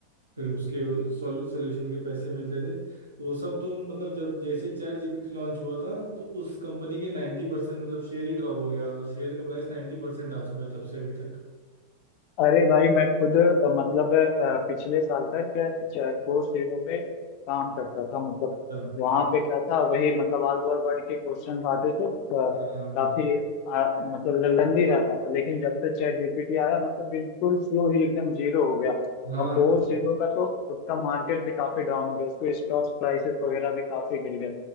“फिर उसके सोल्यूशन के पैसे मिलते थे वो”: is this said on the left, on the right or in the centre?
Right